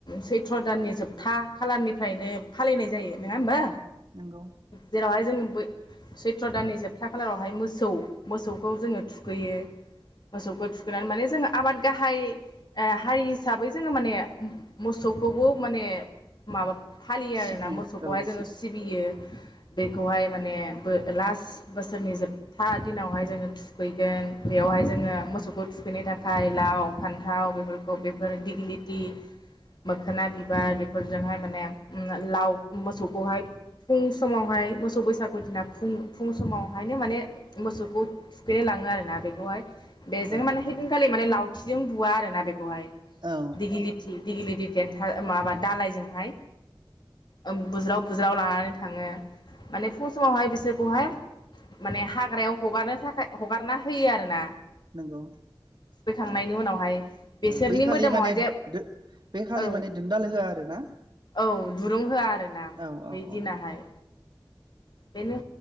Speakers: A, on the left (about 60°); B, on the right (about 55°).
A: सैथ्र दाननि जोबथा था खालारनिफ्रायनो फालिनाय जायो नङा होमबा।
B: नंगौ
A: जेरावहाय जोंङो बौ सैथ दाननि जोबथा खालारावहाय मोसौ मोसौखौ जोङो थुखैयो मोसौखौ थुखैनानै माने जोङो आबाद गाहाय हारि हिसाबै जोङो माने मोसौखौबो माने माबा फालियो
B: सिबियो
A: आरोना मोसौखौहाय
B: औ
A: जोङो सिबियो बेखौहाय माने बो लास बोसोरनि जोबथा दिनावहाय जोङो थुखैगोन बेयावहाय जोङो मोसौखौ थुखैनो थाखाय लाव फान्थाव बेफोरखौ बेफोर दिगलिथि मोखोना बिबार फोरजोंहाय माने लाव मोसौखौहाय फुं समावहाय मोसौ बैसागु दिना फुं-फुं समावहायनो माने मोसौखौ थुखैनाय लाङो आरोना बेखौहाय बेजों
B: औ
A: माने
B: नंगौ
A: हैदिनखालि माने लाव थिजों बुवा आरोना बेखौहाय
B: औ
A: दिगिलिथि दिगिलि गेथा माबानो दालायजोंहाय ओम बुज्राव बुज्राव लानानै थाङो माने फुं समावहाय बिसोरखौहाय माने हाग्रायाव हगारनो थाखाय हगारना होयो आरोना।
B: नंगौ
A: थुखैखांनायनि
B: औ
A: उनावहाय बेसोरनि
B: बै खालि
A: मोदोमावहाय
B: माने
A: जे
B: बै खालि
A: औ
B: माने दोनदाल होआ आरो ना
A: औ दुरुं होआ आरोना
B: औ
A: बै
B: औ
A: दिनहाय।
B: औ
A: बेनो